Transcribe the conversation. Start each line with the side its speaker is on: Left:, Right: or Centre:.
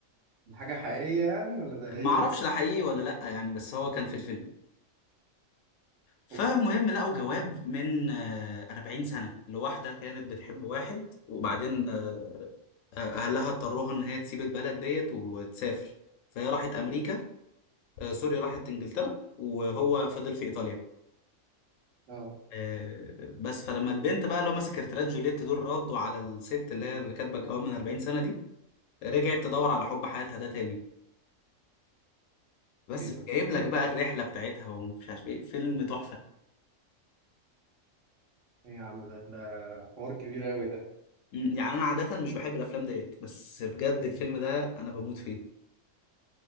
Right: دي حاجة حقيقية يعني ولا ده
Left: معرفش
Right: ايه ده
Left: ده حقيقي ولا لأ يعني بس هو كان في الفيلم فالمهم
Right: اوف
Left: لقوا جواب من آه، 40 سنة لواحدة كانت بتحب واحد وبعدين آه، أهلها اضطروها إن هي تسيب البلد ديت وتسافر فهي راحت أمريكا آه، سوري راحت إنجلترا وهو فضل في إيطاليا
Right: اه
Left: آه، بس فلما البنت بقى اللي هم سكرتيرات جوليت دول ردوا على الست اللي هي اللي كاتبه الجواب من 40 سنه دي رجعت تدور على حب حياتها ده تاني بس
Right: ايه ده
Left: فجايب لك بقى الرحله بتاعتها ومش عارف ايه فيلم تحفه
Right: ايه يا عم ده ده حوار كبير قوي ده
Left: مم، يعني انا عاده مش بحب الافلام ديت بس بجد الفيلم ده انا بموت فيه